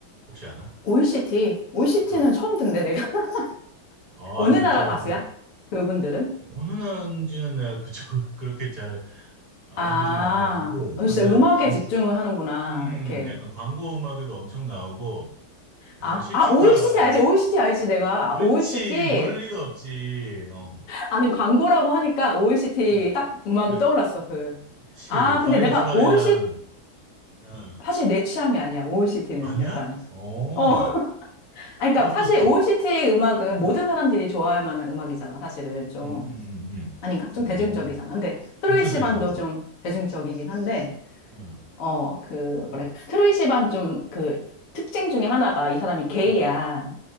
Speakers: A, on the right; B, on the left.
A: 혹시 아나?
B: OECD. OECT는
A: 어.
B: 처음 듣는데, 내가. <laughs>
A: 아,
B: 어느
A: 진짜,
B: 나라 가수야?
A: 그,
B: 그분들은?
A: 어느 나라인지는 내가 그쪽을 <laughs> 그렇게 잘 알아보진
B: 아,
A: 않아가지고,
B: 어,
A: 근데,
B: 진짜 음악에
A: 진,
B: 집중을 하는구나.
A: 음,
B: 이렇게.
A: 약간 광고 음악에도 엄청 나오고, 약간
B: 아,
A: 시티팝이
B: 아, OECD 알지? OECD 알지? 내가.
A: 그치,
B: 아, OECD?
A: 모를 리가 없지. 어,
B: 아니, 광고라고 하니까 OECD
A: 응,
B: 딱 음악이
A: 응.
B: 떠올랐어, 그.
A: 그치,
B: 아, 근데
A: 파이어플라이랑,
B: 내가 OECT는
A: 응
B: 사실 내 취향이 아니야, OECT는.
A: 아니야?
B: 약간.
A: 어,
B: 어. 아니,
A: 어,
B: 그러니까 사실
A: 또,
B: OECD 음악은 모든
A: 음,
B: 사람들이 좋아할 만한 음악이잖아, 사실은 좀.
A: 음, 음,
B: 아닌가? 좀
A: 음, 음.
B: 대중적이잖아. 근데 트로이
A: 엄청
B: 시반도
A: 대중적인.
B: 좀 대중적이긴 한데,
A: 응,
B: 어, 그,
A: 응,
B: 뭐랄까. 트로이 시반 좀 그 특징 중에 하나가 이 사람이 게이야.
A: 응,